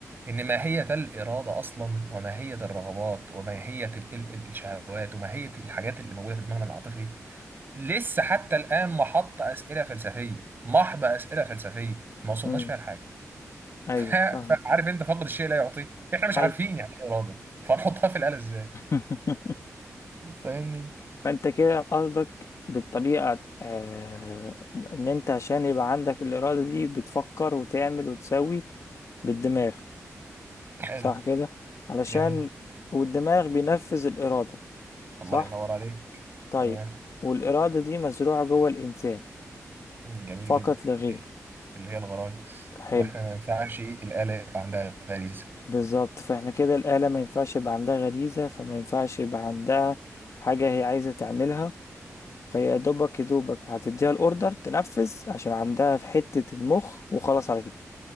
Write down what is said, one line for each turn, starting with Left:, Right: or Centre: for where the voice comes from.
Right: إن ماهية الإرادة أصلا وماهية الرغبات وماهية ال- ال- ال- الشهوات وماهية الحاجات اللي موجودة في دماغنا العاطفي لسه حتى الآن محط أسئلة فلسفية محض أسئلة فلسفية ما وصلناش
Left: امم
Right: فيها لحاجة
Left: ايوه
Right: <laughs> ف-
Left: فاهمة
Right: فعارف أنت فاقد الشيء لا يعطيه إحنا مش
Left: ايوه
Right: عارفين يعني إيه إرادة فنحطها في الآلة إزاي
Left: <laughs>
Right: فاهمني
Left: فانت كده قصدك بالطريقة آه ان انت عشان يبقى عندك الارادة دي بتفكر وتعمل وتسوي بالدماغ
Right: حلو
Left: صح كده علشان
Right: جميل
Left: والدماغ بينفذ الارادة
Right: الله
Left: صح
Right: ينور عليك
Left: طيب
Right: تمام
Left: والإرادة دي مزروعة جوه الإنسان
Right: جميل
Left: فقط
Right: جدا
Left: لا غير
Right: اللي هي الغرايز
Left: حلو
Right: واحنا ما ينفعش الآلة يبقى عندها غريزة
Left: بالظبط فاحنا كده الآلة ما ينفعش يبقى عندها غريزة فما ينفعش يبقى عندها حاجة هي عايزة تعملها فهي يا دوبك يا دوبك هتديها الأوردر تنفذ عشان عندها في حتة المخ وخلاص على كده